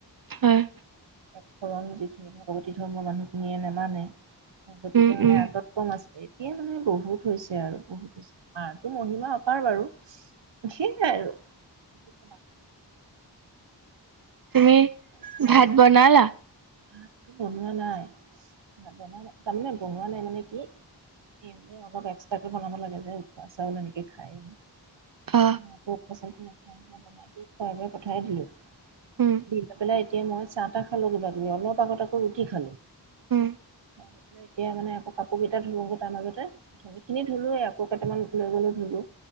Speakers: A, on the right; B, on the right.
A: হয়
B: এক শৰণ যিখিনি ভাগৱতী ধৰ্মৰ মানুহখিনিয়ে নামানে। গতিকে
A: উম
B: মানে
A: উম
B: আগত কম আছে। এতিয়ে মানে বহুত হৈছে আৰু বহুত হৈছে, মাৰতো মহিমা অপাৰ বাৰু। জি আৰু কি কবা।
A: তুমি ভাত বনালা?
B: ভাতটো বনোৱা নাই। ভাত বন তাৰমানে বনোৱা নাই মানে কি সেবোৰ অলপ এক্সট্ৰাকে বনাব লাগে যে। উখুৱা চাউল এনেকে খায়
A: অ
B: ন প পচল খিনি খ বনাই কৰি খোৱা বাই পঠাই দিলো।
A: উম
B: দিলা পেলাই এতিয়া মই চাহ তাহ খালো, কিবা কিবি অলপ আগত আকৌ ৰুটি খালো।
A: উম।
B: খাই লৈ পেলাই এতিয়া মানে আকৌ কাপোৰ কেইটা ধো তাৰ মাজতে। অথনি খিনি ধুলো আকৈ কেইটামান <unintelligible> ধুলো।